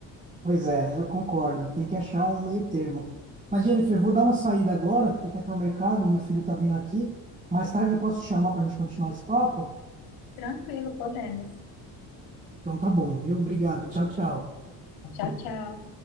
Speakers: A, on the right; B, on the left.
A: Pois é, eu concordo. Tem que achar um meio termo. Mas, Jennifer, vou dar uma saída agora, porque quer ter o mercado, meu filho tá vindo aqui. Mais tarde eu posso te chamar para a gente continuar esse papo?
B: Tranquilo, podemos.
A: Então tá bom, viu? Obrigado. Tchau, tchau.
B: Tchau, tchau.